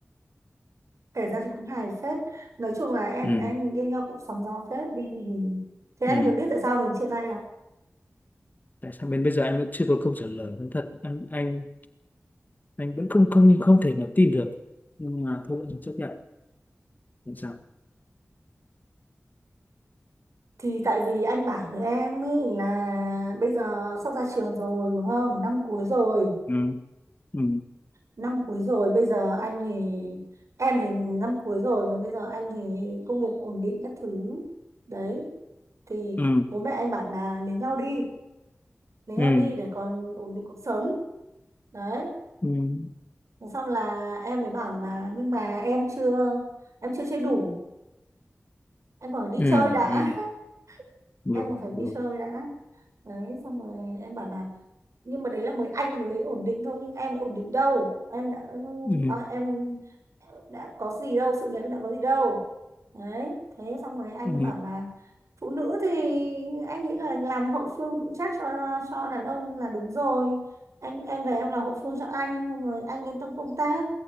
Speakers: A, on the right (about 75°); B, on the left (about 35°).
A: kể ra thì cũng hài phết nói chung là em
B: ừ.
A: em yêu nhau cũng sóng gió phết đi thế anh
B: Ừ.
A: được biết tại sao mình chia tay à?
B: tại sao bên bây giờ anh vẫn chưa có câu trả lời nói thật anh anh anh vẫn không không không thể nào tin được nhưng mà thôi anh chấp nhận không sao
A: thì tại vì anh bảo với em ý là bây giờ sắp ra trường rồi đúng không năm cuối rồi
B: Ừ. Ừ.
A: năm cuối rồi bây giờ anh thì em thì năm cuối rồi mà bây giờ anh thì công việc ổn định các thứ đấy thì
B: Ừ.
A: bố mẹ anh bảo là lấy nhau đi lấy nhau
B: Ừ.
A: đi để còn ổn định cuộc sống đấy
B: Ừ.
A: Thế xong là em mới bảo là nhưng mà em chưa em chưa chơi đủ em còn phải đi
B: Ừ.
A: chơi đã
B: Ừ.
A: <laughs>
B: Rồi,
A: em còn phải
B: rồi.
A: đi chơi đã đấy xong rồi em bảo là nhưng mà đấy là mới anh mới ổn định thôi nhưng em đã ổn định đâu em đã
B: Ừ.
A: à, em đã có gì đâu sự nghiệp đã có gì đâu đấy thế xong rồi anh
B: Ừ.
A: ấy bảo là phụ nữ thì anh nghĩ là làm hậu phương vững chắc cho cho đàn ông là đúng rồi anh em về em làm hậu phương cho anh xong rồi anh yên tâm công tác